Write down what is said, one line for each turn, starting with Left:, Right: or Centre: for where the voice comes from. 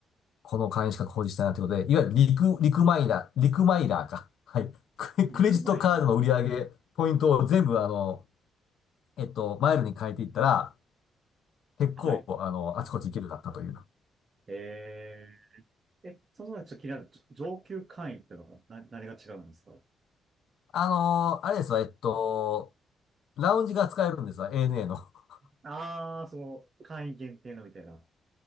Left: この会員資格保持したいなってことで、いわゆるリク、リクマイラー、リクマイラーか。はい。クレクレジットカードの売り上げ、
Right: 陸マイラー。
Left: ポイントを全部、あの、えっと、マイルに変えていったら、結構、
Right: はい。
Left: あの、あちこち行けるようになったという。
Right: ええ、そもそもちょっと気になる、ちょ上級会員ってのはな、何が違うんですか
Left: あのーあれですわ、えっと、ラウンジが使えるんですわ、ANA の。<laughs>
Right: ああー、その、会員限定のみたいな。